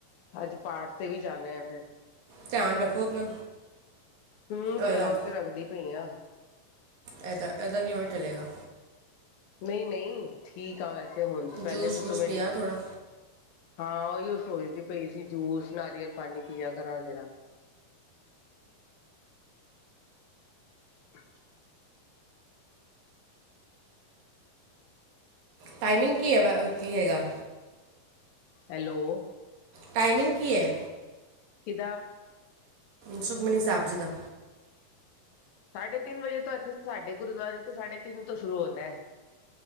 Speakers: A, on the left; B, on the right.
A: ਅੱਜ ਪਾਠ ਤੇ ਵੀ ਜਾਣਾ ਆ ਫਿਰ
B: ਧਿਆਨ ਰੱਖੋ ਆਪਣਾ
A: ਹੂੰ ਧਿਆਨ
B: ਇਹਦਾ
A: ਤੇ ਰੱਖਦੀ ਪਈ ਆ।
B: ਐੱਦਾ ਐੱਦਾ ਕਿਵੇ ਚਲੇਗਾ।
A: ਨਹੀਂ ਨਹੀਂ ਠੀਕ ਆ ਵੈਸੇ ਹੁਣ ਪਹਿਲੇ
B: ਜੂਸ
A: ਤੋਂ
B: ਵੂਸ
A: ਤੂੰ ਮੇਰੀ
B: ਪਿਆ ਥੋੜਾ
A: ਹਾਂ ਉਹੀ ਉਹ ਸੋਚਦੀ ਪਈ ਸੀ ਜੂਸ ਨਾਰੀਅਲ ਪਾਣੀ ਪਿਆ ਕਰਾਂ ਜਰਾ। <unintelligible>
B: ਟਾਈਮਿੰਗ ਕੀ ਹੈ ਵਾ ਕੀ ਹੈਗਾ।
A: ਹੈਲੋ।
B: ਟਾਈਮਿੰਗ ਕੀ ਹੈ।
A: ਕਿਦਾ।
B: ਸੁਖਮਨੀ ਸਾਹਿਬ ਜੀ ਦਾ।
A: ਸਾਢੇ ਤਿੰਨ ਵਜੇ ਤੋਂ ਇੱਥੇ ਸਾਡੇ ਗੁਰਦੁਆਰੇ ਤੇ ਸਾਢੇ ਤਿੰਨ ਤੋਂ ਸ਼ੁਰੂ ਹੁੰਦਾ ਹੈ।